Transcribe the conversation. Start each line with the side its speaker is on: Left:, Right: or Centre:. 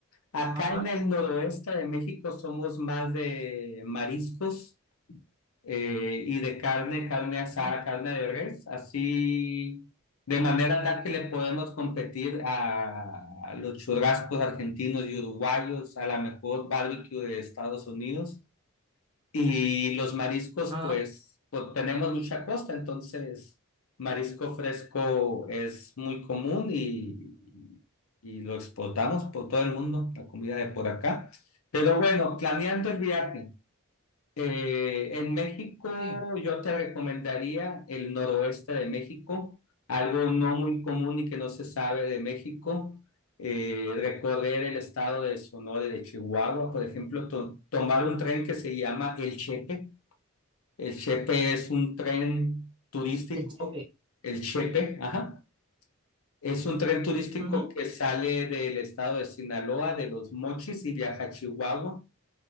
Left: acá
Right: Ajá.
Left: en el noroeste de México somos más de mariscos eh, y de carne, carne asada,
Right: ¿no?
Left: carne de res, así de manera tal que le podemos competir a, a los churrascos argentinos y uruguayos, a la mejor barbecue de Estados Unidos. Y los mariscos,
Right: Ah.
Left: pues, pues, tenemos mucha costa, entonces marisco fresco es muy común y, y lo exportamos por todo el mundo, la comida de por acá. Pero bueno, planeando el viaje, eh, en México
Right: Sí,
Left: yo te recomendaría el noroeste de México, algo no muy común y que no se sabe de México, eh, recorrer el estado de Sonora y de Chihuahua, por ejemplo, to- tomar un tren que se llama El Chepe. El Chepe es un tren turístico,
Right: el chepe.
Left: el Chepe, ajá. Es un tren turístico
Right: Wow,
Left: que sale del estado de Sinaloa, de Los Mochis y viaja a Chihuahua.